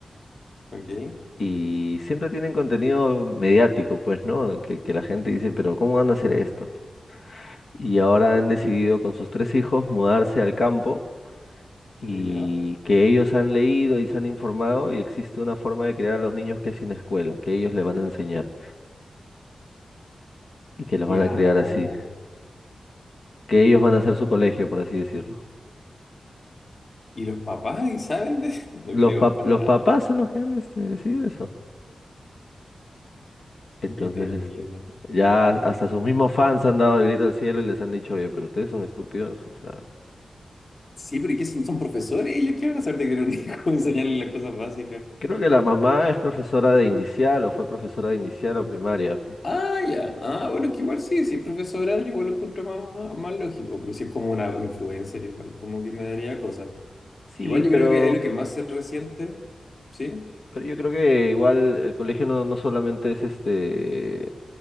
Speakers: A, on the left; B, on the left.
A: Ok,
B: y siempre tienen contenido mediático, pues, ¿no? Que, que la gente dice, pero ¿cómo van a hacer esto? Y ahora han decidido con sus tres hijos mudarse al campo y
A: ya.
B: que ellos han leído y se han informado y existe una forma de criar a los niños que es sin escuela, que ellos le van a enseñar y que los van
A: Ya,
B: a criar así,
A: ¿cómo?
B: que ellos van a hacer su colegio, por así decirlo.
A: ¿Y los papás saben de...? <laughs> No
B: Los
A: creo
B: pap-
A: para
B: los
A: nada.
B: papás son los que han este, decidido eso. Entonces,
A: Qué terrible.
B: este, ya hasta sus mismos fans han dado el grito al cielo y les han dicho, oye, pero ustedes son estúpidos, o sea.
A: Sí, pero ¿y qué son? ¿Son profesores? Ellos qué van a saber de crear un hijo, <laughs> enseñarles las cosas básicas.
B: Creo que la mamá es profesora de inicial o fue profesora de inicial o primaria.
A: Ah, ya. Ah, bueno, que igual sí, si es profesora, yo igual lo encuentro más, más lógico, pero si es como una influencer, igual, como que me daría cosas.
B: Sí,
A: Igual yo
B: pero
A: creo que ahí lo que más se resiente, ¿sí?
B: Pero yo creo que igual el colegio no, no solamente es este,